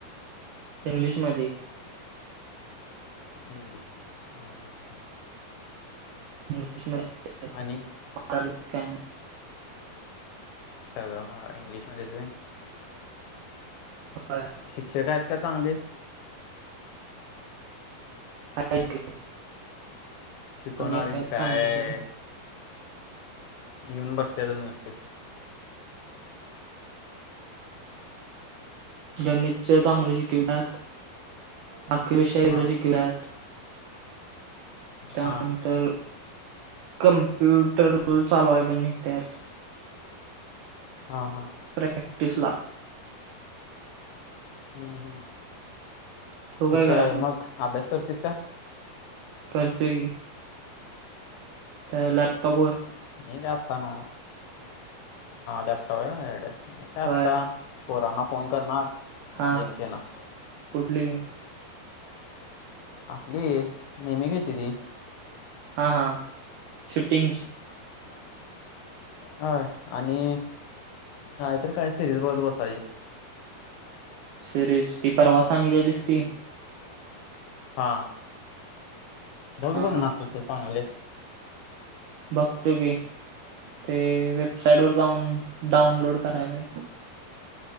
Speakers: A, on the right (about 90°); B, on the left (about 75°).
A: इंग्लिश मध्ये...
B: इंग्लिश हा.. हा... हा....
A: इंग्लिश मध्ये
B: आणि
A: मराठीत काय नाय.
B: सगळं मग इंग्लिशमध्येच व्हय.
A: व्हय.
B: शिक्षक आहेत का चांगले?
A: आहेत की.
B: शिकवणारे
A: सगळे आहेत
B: काय?
A: चांगली सोड
B: येऊन बसत्यातच नुसती.
A: गणितच चांगलं शिकवितात. बाकी विषयाच
B: हा
A: शिकल्यात. त्यानंतर
B: हा
A: कमप्युटर पण चालवाय नेत्यांत.
B: हा-हा.
A: प्रॅक्टीसला.
B: हम्म-हम्म,
A: तू
B: हुशार
A: काय करायली
B: आहे. मग अभ्यास करतीस का?
A: करतोय की त्या लॅपटॉप वर.
B: मी काय आता नाही? लॅपटॉप आहे ना तुझ्याकडं म काय आता.
A: होय
B: पोरांना फोन करणार.
A: हा,
B: गेम खेळणार
A: कुठली?
B: आपली नेहमी घेते ती.
A: हां-हां, शूटिंगची
B: व्हयं आणि नाहीतर काय सिरीज बघत बसायच.
A: सिरीज ती परवा सांगितलेलीस ती..
B: हा, बघ.
A: हा
B: बघणार
A: हा
B: असलास तर चांगले आहे.
A: बघतो कि, ते वेबसाइट वर जाऊन डाऊनलोड कराय पाहिजे.